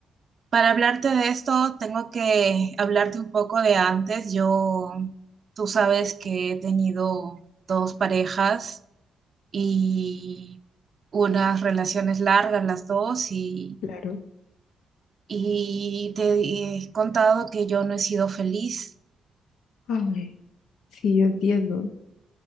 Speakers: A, on the right; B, on the left.
A: para hablarte de esto, tengo que hablarte un poco de antes. Yo, tú sabes que he tenido dos parejas y unas relaciones largas las dos y,
B: Claro.
A: y te he contado que yo no he sido feliz,
B: Ay, sí, yo entiendo.